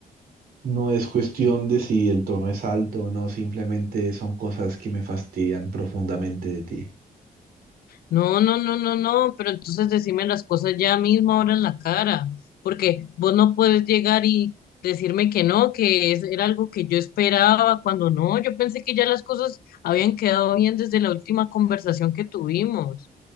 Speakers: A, on the right; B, on the left.
A: No es cuestión de si el tono es alto o no, simplemente son cosas que me fastidian profundamente de ti.
B: No, no, no, no, no, pero entonces decime las cosas ya mismo ahora en la cara, porque vos no puedes llegar y decirme que no, que es- era algo que yo esperaba, cuando no, yo pensé que ya las cosas habían quedado bien desde la última conversación que tuvimos.